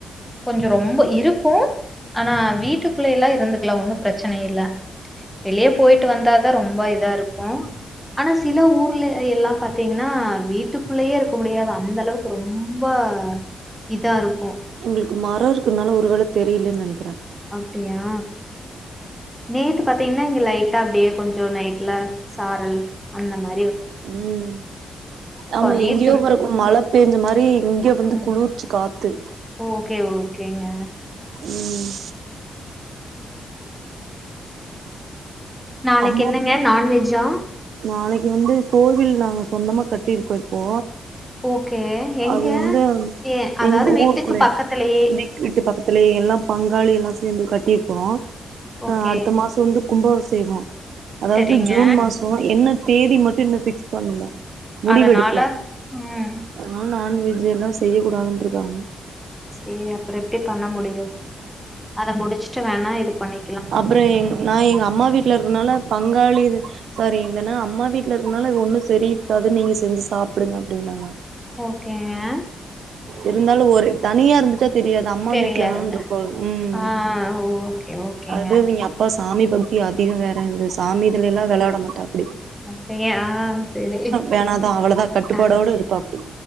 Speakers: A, in the centre; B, on the right.
A: கொஞ்சோ ரொம்ப இருக்கு ஆனா வீட்டுக்குள்லைலா இருந்துக்குல ஒன்னு ப்ரச்சனை இல்ல வெளிய பொயிட்டு வந்தாாதா ரொம்ப இதா இருக்கு ஆனா சில ஊர்ல் ல்லா பாத்தீங்கன்னா வீட்டுக்குள்ளயே இருக்க முடியாது அந்த அளவுக்கு ரொம்ப இதா இருக்கு
B: எங்களுக்கு மரோ இருக்கனால ஒரு வேல தெரிலன்னு நினைக்கிறே
A: அப்டியா நேத்து பாத்தீங்கன்னா இங்க லைட் ட்டா ப்படியே கொஞ்சோ நைட்ல சாரல் அந்த மார்
B: உம் ஆமா
A: நேத்து
B: எங்கேயோ பிறக்கும் மழ பெஞ்ச மாரி ங்க வந்து
A: ம்
B: குளிர்ச்சுக்க பாத்து
A: ஓகே ஓகேங்க
B: உம் <unintelligible>
A: நாளைக்கு
B: அம்மா
A: என்னங்க நான்வெஜ்ஜா
B: நாளைக்கு வந்து கோவில் நாங்க சொந்தமா கட் டிரிக்கோ இப்போ
A: ஓகே எங்க
B: அது வந்து
A: ஏ அதாவது
B: எங்க
A: வீட்டுக்கு
B: ஊருக்குள்ளயா
A: பக்கத்துலயே
B: விக்க வீட்டு பக்கத்துலய எல்லா பங்காளி எல்லா சேர்ந்து கட்டிப்போ
A: ஓகே
B: ஆஹ் அடுத்த மாசோ வந்து கும்பகாபி செகோ அதாவ்து
A: சரிங்க
B: ஜூன் மாசொ என்ன தேதி மட்டு இன்னு ஃபிக்ஸ் பண்ணல முடிவெடுக்கல
A: அதனால உம்
B: அதனால நாண் வெஜு எல்லா செய்ய கூடாதுன்ருக்காங்க
A: சேரி அப்பறோ எப்டி பண்ண முடியு அத முடிச்சிட்டு வேணா இது பண்ணி
B: அப்பறோ எங் நா எங்க அம்மா வீட்ல இருக்கனால பங்காளி சாரி இந்தன்னா அம்மா வீட்ல இருக்கத்னால ஒன்னு செரி இக்காது நீங்க செஞ்சு சாப்டுங்க அப்டின்னாங்க
A: ஓகேங்க
B: இருந்தாலு ஒரு தனியா இருந்துட்டா தெரியாது அம்மா
A: தெரியாது
B: வீட்லதான் இருக்கோ உம்
A: ஆ ஓகே ஓகேங்க
B: அது இவிங்க அப்பா சாமி பக்தி அதிகொ வேற இந்த சாமி இதுலேல்லா வெளாட மாட்டாப்புடி
A: அப்டி ஆஹ் சேரி
B: வேணாதா அவ்ளதா கட்டுப்பாடோட
A: அ
B: இருப்பாப்டி